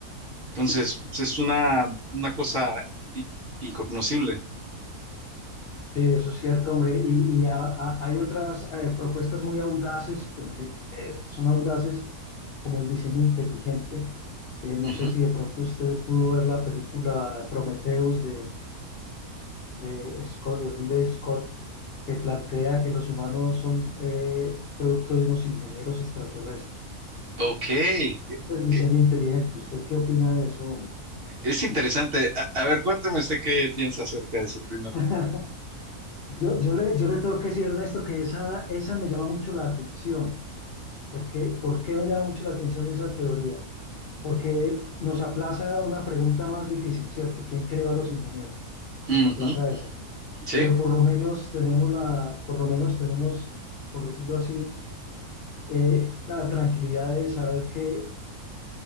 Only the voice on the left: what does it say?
Sí, eso es cierto, hombre. Y, y a- a- hay otras eh, propuestas muy audaces, porque eh, son audaces, como el diseño inteligente. Eh, no
sé si de pronto usted pudo ver la película Prometheus de, de Scott, de Ridley Scott, que plantea que los humanos son eh, producto de unos ingenieros extraterrestres.
Ese es el diseño
inteligente. ¿Usted qué opina de eso, hombre?
<laughs> Yo, yo le, yo le tengo que decir, Ernesto, que esa, esa me llama mucho la atención. ¿Por qué, por qué me llama mucho la atención esa teoría? porque nos aplaza una pregunta más difícil, ¿cierto? ¿Quién creó a los ingenieros?
Nos aplaza esa.
Pero por lo menos tenemos la, por lo menos tenemos, por decirlo así, eh, la tranquilidad de saber que,